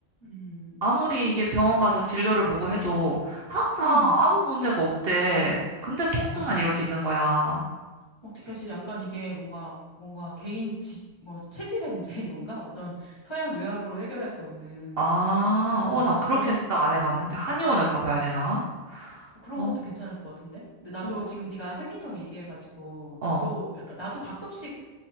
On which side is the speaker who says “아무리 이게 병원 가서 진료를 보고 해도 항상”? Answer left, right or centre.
Right